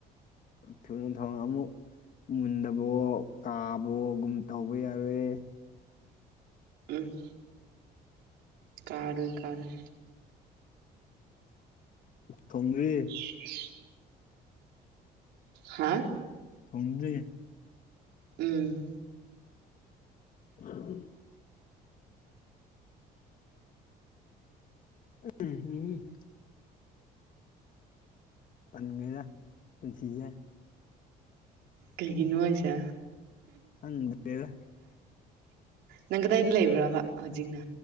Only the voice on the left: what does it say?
ꯊꯨꯅ ꯊꯥꯟꯅ ꯑꯃꯨꯛ ꯃꯨꯟꯗꯕꯣ ꯀꯥꯕꯣꯒꯨꯝ ꯇꯧꯕ ꯌꯥꯔꯣꯏꯑꯦ
ꯊꯣꯡꯗ꯭ꯔꯤ
ꯊꯣꯡꯗ꯭ꯔꯤ
<unintelligible> ꯎꯝ ꯇꯜꯂꯤꯗ ꯄꯨꯟꯁꯤꯁꯦ
ꯈꯪꯗꯦꯗ